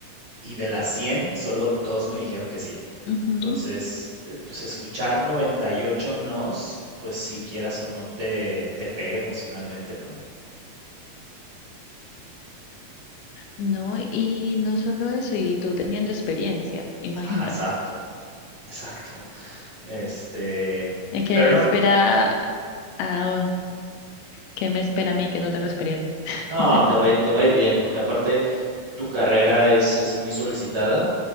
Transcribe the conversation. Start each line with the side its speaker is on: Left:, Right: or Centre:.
Right: y de las cien solo dos me dijeron que sí.
Left: Ujú.
Right: Entonces, eh, pues escuchar 98 nos, pues si quieras o no te, te pega emocionalmente, ¿no?
Left: No, y no solo eso, y tú teniendo experiencia, imagínate.
Right: Ajá, exacto. Exacto. Este,
Left: Es que
Right: pero no,
Left: espera, ah, ¿qué me espera a mí que no tengo experiencia?
Right: no,
Left: <laughs>
Right: te va a ir, te va a ir bien, porque aparte tu carrera es, es muy solicitada